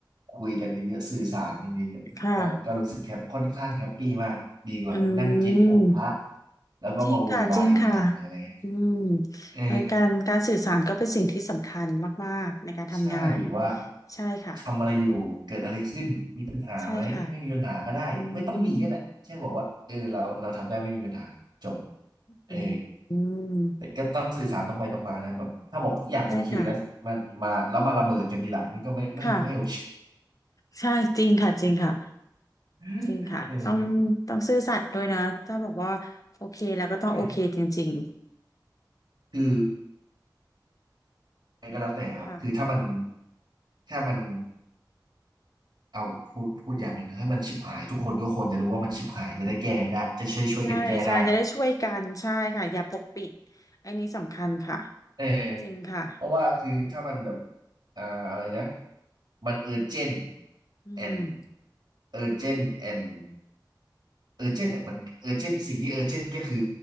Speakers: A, on the right; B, on the left.
A: คุยกันเยอะๆสื่อสารกันเยอะๆเนี่ยก็ก็รู้สึกแฮปค่อนข้างแฮปปี้มากดีกว่านั่งเจ๊กอมพระ
B: ค่ะอืม
A: แล้วก็มาโวยวายกันทีหลังเลยอะไรเงี้ย
B: จริงค่ะจริงค่ะอืม
A: เออ
B: เหมือนการการสื่อสารก็เป็นสิ่งที่สำคัญมากๆในการทำงาน
A: ใช่ว่า
B: ใช่ค่ะ
A: ทำอะไรอยู่เกิดอะไรขึ้นมีปัญหาไหมไม่มีปัญหาก็ได้ไม่ต้องมีก็ได้แค่บอกว่าเออเราเราทำได้ไม่มีปัญหาจบ
B: ใช่ค่ะ อืม
A: เออ
B: อืมอืม
A: แต่ก็ต้องสื่อสารตรงไปตรงมานะแบบถ้าบอกทุกอย่างโอเคแล้วมันมาแล้วมาระเบิดกันทีหลังนี่ก็ไม่ไม่ไม่โอเค
B: ใช่ค่ะค่ะ ใช่จริงค่ะจริงค่ะ
A: <laughs>
B: จริงค่ะต้องต้องซื่อสัตย์ด้วยนะถ้าบอกว่าโอเคแล้วก็ต้องโอเคจริง
A: เออใช่คืออะไรก็แล้วแต่ครับคือถ้ามัน
B: ๆค่ะ
A: ถ้ามันเอาพูดพูดอย่างหนึงนะถ้ามันชิบหายทุกคนก็ควรจะรู้ว่ามันชิบหายจะได้แก้กันได้จะช่วยช่วยกันแก้ได้
B: ใช่ใช่จะได้ช่วยกันใช่ค่ะอย่าปกปิดอันนี้สำคัญค่ะ
A: เออ
B: จริงค่ะ
A: เพราะว่าคือถ้ามันแบบ อ่าอะไรนะ มันเออร์เจน
B: อืม
A: แอนเออร์เจนแอน เออร์เจนต์อ่ะมันเออร์เจนต์สิ่งที่เออร์เจนต์ก็คือ